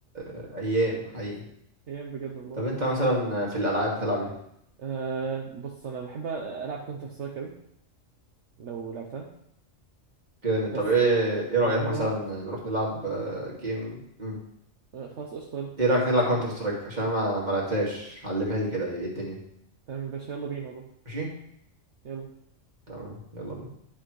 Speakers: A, on the right (about 35°); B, on the right (about 65°).
A: ايام حقيقي
B: <laughs> ايام بجد والله
A: طب انت مثلا في الالعاب بتلعب ايه
B: أه بص انا بحب العب كونتر سترايك قوي لو لعبتها
A: كده
B: بس
A: طب ايه ايه رايك
B: وفالورانت
A: مثلا نروح نلعب آه، جيم مم.
B: آه، خلاص قشطة يلا.
A: ايه رايك نلعب كونتر سترايك عشان ما ما لعبتهاش علمها لي كده ايه الدنيا
B: تمام يا باشا يلا بينا والله
A: ماشي
B: يلا
A: تمام يلا بينا